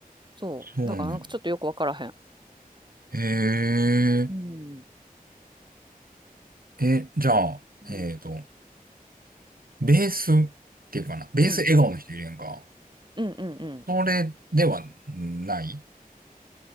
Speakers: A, on the right; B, on the right.
A: そう。
B: そうね。
A: だからなんかちょっとよくわからへん。
B: へえ。
A: うん。
B: え、じゃあ、
A: うん。
B: えっと、ベースっていうかな。ベース笑顔の人いるやんか。
A: うん。うん。うん。うん。うん
B: それではない。